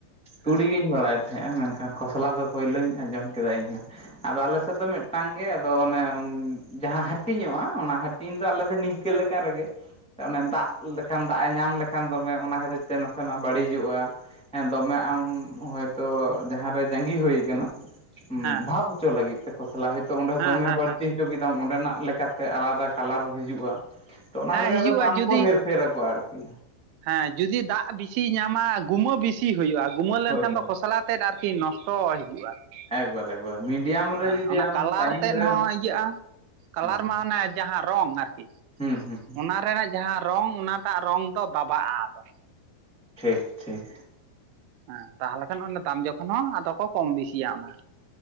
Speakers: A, on the right; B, in the centre.
A: ᱦᱮᱸ
B: ᱛᱩᱲᱤ ᱜᱤᱧ ᱵᱟᱲᱟᱭ ᱛᱟᱦᱮᱸᱜᱼᱟ ᱢᱮᱱᱠᱷᱟᱱ ᱠᱷᱚᱥᱞᱟ ᱫᱚ ᱯᱳᱭᱞᱳᱧ ᱟᱸᱡᱚᱢ ᱠᱮᱫᱟ ᱤᱧᱦᱚᱸ᱾ ᱟᱫᱚ ᱟᱞᱮᱥᱮᱫ ᱫᱚ ᱢᱤᱫᱴᱟᱝ ᱜᱮ ᱟᱫᱚ ᱚᱱᱮ ᱡᱟᱦᱟᱸ ᱦᱟᱹᱴᱤᱧᱚᱜᱼᱟ ᱚᱱᱟ ᱦᱟᱹᱴᱤᱧ ᱫᱚ ᱟᱞᱮ ᱫᱚ ᱱᱤᱝᱠᱟᱹ ᱞᱮᱠᱟ ᱨᱮᱜᱮ ᱚᱱᱮ ᱫᱟᱜ ᱞᱮᱠᱷᱟᱱ ᱫᱟᱜ ᱮ ᱧᱟᱢ ᱞᱮᱠ ᱠᱷᱟᱱ ᱫᱚᱢᱮ ᱚᱱᱟ ᱠᱷᱟᱹᱛᱤᱨ ᱛᱮ ᱱᱟᱥᱮᱱᱟᱜ ᱵᱟᱹᱲᱤᱡᱚᱜᱼᱟ᱾ ᱦᱮᱸ ᱫᱚᱢᱮ ᱟᱢ ᱦᱚᱳᱭᱛᱳ ᱡᱟᱦᱟᱸᱨᱮ ᱡᱟᱸᱜᱤ ᱦᱩᱭ ᱟᱠᱟᱱᱟ,
A: ᱦᱮᱸ ᱦᱮᱸ
B: ᱵᱷᱟᱵ ᱦᱚᱪᱚ ᱞᱟᱹᱜᱤᱫ ᱛᱮ ᱠᱷᱚᱥᱞᱟ ᱦᱚᱳᱭᱛᱳ ᱚᱸᱰᱮ
A: ᱦᱮᱸ
B: ᱫᱚᱢᱮ
A: ᱦᱮᱸ
B: ᱵᱟᱹᱲᱛᱤ
A: ᱦᱮᱸ
B: ᱦᱚᱪᱚ ᱠᱮᱫᱟᱢ ᱚᱸᱰᱮᱱᱟᱜ ᱞᱮᱠᱟᱛᱮ ᱟᱞᱟᱫᱟ ᱠᱟᱞᱟᱨ ᱦᱤᱡᱩᱜᱼᱟ ᱛᱚ ᱚᱱᱟ
A: ᱦᱮᱸ
B: ᱞᱮᱠᱟ
A: ᱦᱤᱡᱩᱜᱼᱟ
B: ᱞᱮᱠᱟ ᱛᱮ ᱫᱟᱢ
A: ᱡᱩᱫᱤ
B: ᱠᱚ ᱦᱮᱨᱱᱯᱷᱮᱨ ᱟᱠᱚ ᱟᱨᱠᱤ,
A: ᱦᱮᱸ ᱡᱩᱫᱤ ᱫᱟᱜ ᱵᱤᱥᱤ ᱧᱟᱢᱟ ᱜᱩᱢᱟᱹ ᱵᱮᱥᱤ ᱦᱩᱭᱩᱜᱼᱟ ᱜᱩᱢᱟᱹ ᱞᱮᱱᱠᱷᱟᱱ
B: ᱦᱳᱭ ᱦᱳᱭ
A: ᱫᱚ ᱠᱚᱥᱞᱟ ᱛᱮᱫ ᱟᱨᱠᱤ ᱱᱚᱥᱴᱚ ᱦᱤᱡᱩᱜᱼᱟ ᱟᱨᱠᱤ
B: ᱮᱠ ᱵᱟᱨ ᱮᱠ ᱵᱟᱨ ᱢᱤᱰᱤᱭᱟᱢ ᱨᱮ
A: ᱦᱮᱸ
B: ᱡᱩᱫᱤ
A: ᱚᱱᱟ
B: ᱟᱢ
A: ᱠᱟᱞᱟᱨ
B: ᱴᱟᱭᱤᱢ
A: ᱛᱮᱫ
B: ᱨᱮ
A: ᱦᱚᱸ ᱤᱭᱟᱹᱜᱼᱟ ᱠᱟᱞᱟᱨ
B: ᱦᱮᱸ
A: ᱢᱟ ᱟᱱᱮ ᱡᱟᱦᱟᱸ ᱨᱚᱝ ᱟᱨᱠᱤ
B: ᱦᱩᱸ ᱦᱩᱸ
A: ᱚᱱᱟ ᱨᱮᱱᱟᱜ ᱡᱟᱦᱟᱸ ᱨᱚᱝ ᱚᱱᱟᱴᱟᱜ ᱨᱚᱝ ᱫᱚ ᱫᱟᱵᱟᱜᱼᱟ ᱟᱫᱚ
B: ᱴᱷᱤᱠ ᱴᱷᱤᱠ
A: ᱦᱮᱸ ᱛᱟᱦᱚᱞᱮ ᱠᱷᱟᱱ ᱚᱱᱟ ᱫᱟᱢ ᱡᱚᱠᱷᱚᱱ ᱦᱚᱸ ᱟᱫᱚ ᱠᱚ ᱠᱚᱢ ᱵᱤᱥᱤᱭᱟ ᱚᱱᱟ